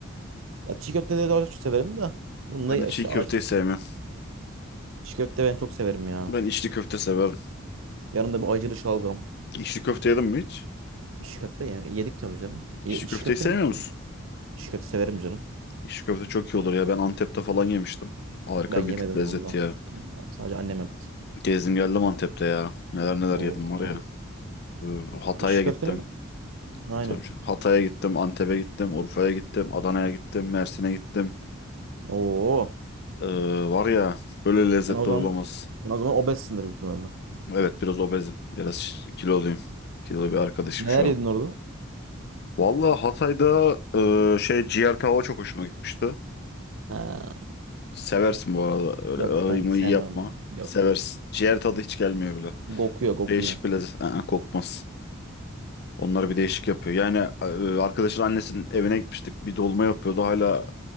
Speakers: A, on the right; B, on the left.
A: Ya çiğ köfteleri de çok severim de. Bunu
B: Ben
A: da işte
B: de çiğ köfteyi
A: aç.
B: sevmem.
A: Çiğ köfte ben çok severim ya.
B: Ben içli köfte severim.
A: Yanında bu acılı şalgam.
B: İçli köfte yedim mi hiç?
A: İşçi köfte ya. Yedik tabii canım.
B: İçli
A: Ye- İşçi
B: köfteyi
A: köfte,
B: sevmiyor musun?
A: işçi köfte severim canım.
B: İçli köfte çok iyi olur ya. Ben Antep'te falan yemiştim. Harika
A: Ben yemedim
B: bir lezzet
A: valla.
B: ya.
A: Sadece annem yaptı.
B: Gezdim geldim Antep'te ya. Neler neler
A: Oo.
B: yedim var ya. E, Hatay'a
A: İşi
B: gittim.
A: köftenin aynen.
B: Tabii canım. Hatay'a gittim, Antep'e gittim, Urfa'ya gittim, Adana'ya gittim, Mersin'e gittim.
A: Oo.
B: Ee, var ya böyle lezzetler
A: Sen o zaman
B: olamaz.
A: sen o zaman obezsindir büyük ihtimalle.
B: Evet biraz obezim. Biraz ş- kiloluyum. Kilolu bir arkadaşım
A: Neler
B: şu
A: yedin
B: an.
A: orada?
B: Vallahi Hatay'da e, şey ciğer tava çok hoşuma gitmişti.
A: Ha.
B: Seversin bu arada. Öyle
A: Yok
B: ağıyı
A: ben
B: mıyı
A: sevmem.
B: yapma.
A: Yok.
B: Seversin. Ciğer tadı hiç gelmiyor bile.
A: Kokuyor kokuyor.
B: Değişik bir lezzet. Aa, kokmaz. Onları bir değişik yapıyor. Yani e, arkadaşın annesinin evine gitmiştik. Bir dolma yapıyordu. Hala